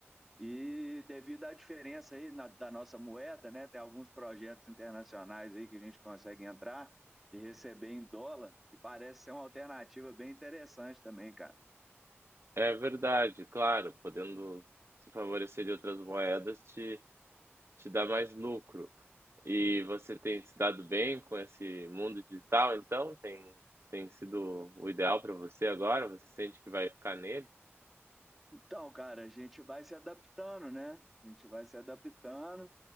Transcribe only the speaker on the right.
É verdade, claro, podendo se favorecer de outras moedas te, te dá mais lucro. E você tem se dado bem com esse mundo digital, então? Tem, tem sido o ideal para você agora? Você sente que vai ficar nele?